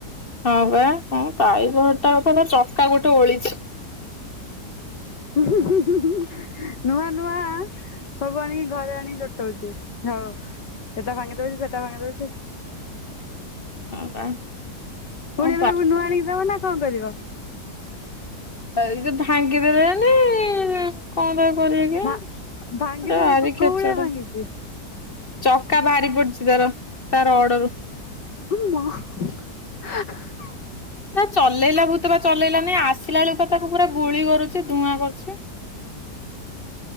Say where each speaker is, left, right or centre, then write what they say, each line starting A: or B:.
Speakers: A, on the left; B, on the left.
A: ହଁ ବା କଁ କଇବ ତା ଗୋଟେ ନୁଅଁ ଚକା ଗୋଟେ ଓଳିଛି।
B: ଉଁହୁଁ ହୁଁ ହୁଁ ହୁଁ ନୂଆ ନୂଆ ସବୁ ଆଣିକି ଘରେ ଆଣିକି ଜୋଟଉଚି ଯଉ ଏଟା ଭାଙ୍ଗି ଦଉଚି ସେଟା ଭାଙ୍ଗି ଦଉଛି
A: ହଁ ବା। କଣ
B: ଫୁଣି ଏବେ ତାକୁ ନୂଆ ଆଣିକି ଦବ ନା କଁ କରିବ?
A: ଆଉ ଯଦି ଭାଙ୍ଗି ଦେଲେଣି କଁ ତାକୁ କରିବେ କେଜାଣି ଏଟା
B: ଭା ଭାଙ୍ଗିଦେବେ
A: ଭାରି ଖେଚଡ।
B: କୋଉ ଭଳିଆ ଭାଙ୍ଗିଛି
A: ଚକା ବାହାରି ପଡିଚି ତାର ତାର ରଡରୁ।
B: ଏ ମା <inaudible>
A: ତାକୁ ଚଲେଇଲା ଭୁତର ଚଲେଇଲାନି ଆସିଲା ବେଳୁକୁ ପା ତାକୁ ପୁରା ଗୁଳି କରୁଚି ଧୂଆଁ କରୁଛି।